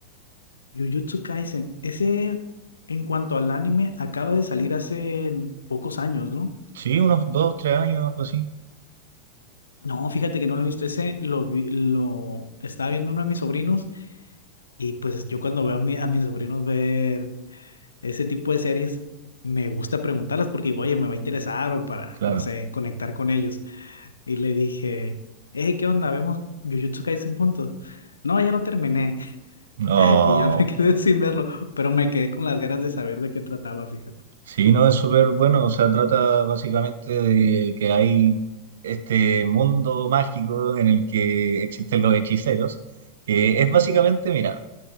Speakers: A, on the left; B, on the right.
A: Jujutsu Kaisen. Ese, en cuanto al anime, acaba de salir hace pocos años, ¿no?
B: Sí, unos dos, tres años, algo así.
A: No, fíjate que no lo he visto. Ese lo vi- lo estaba viendo uno de mis sobrinos y pues yo cuando veo a, mi- a mis sobrinos ver ese tipo de series, me gusta preguntarlas porque digo, oye, me va a interesar o para,
B: Claro.
A: no sé, conectar con ellos. Y le dije, eh, ¿qué onda? ¿Vemos Jujutsu Kaisen juntos? No, ya lo terminé
B: No.
A: <laughs> y ya me quedé sin verlo, pero me quedé con las ganas de saber de qué trataba, fíjate.
B: Sí, no, es súper bueno. O sea, trata básicamente de que hay este mundo mágico en el que existen los hechiceros. que es básicamente, mira,